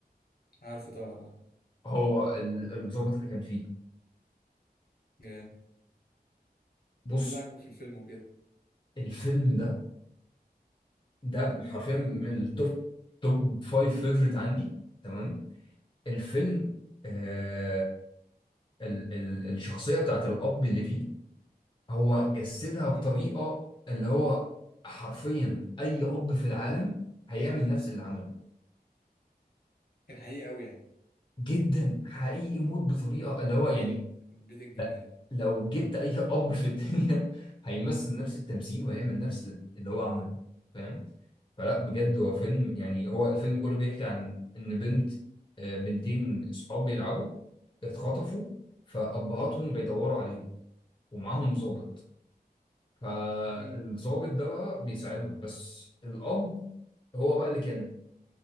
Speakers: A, on the left; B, on the left.
A: عارفه طبعا أه
B: هو ال- الضابط اللي كان فيه
A: جامد
B: بص
A: إيه اللي عجبك في الفيلم وكده
B: الفيلم ده ده حرفيا من التوب توب فايف فيفوريت عندي تمام الفيلم آه ال ال الشخصيه بتاعت الاب اللي فيه هو جسدها
A: مم.
B: بطريقه اللي هو حرفيا اي اب في العالم هيعمل نفس اللي عمله
A: كان حقيقي أوي يعني
B: جدا حقيقي موت بطريقه اللي هو يعني
A: حبيت الجمال
B: لا لو جبت اي اب في الدنيا <laughs> هيمثل نفس التمثيل وهيعمل نفس اللي هو عمله فاهم فلا بجد هو فيلم يعني هو الفيلم كله بيحكي عن ان بنت آه، بنتين صحاب بيلعبوا اتخطفوا فابهاتهم بيدوروا عليهم ومعاهم ضابط فالضابط
A: مم.
B: ده بقى بيساعدهم بس الاب هو بقى اللي كان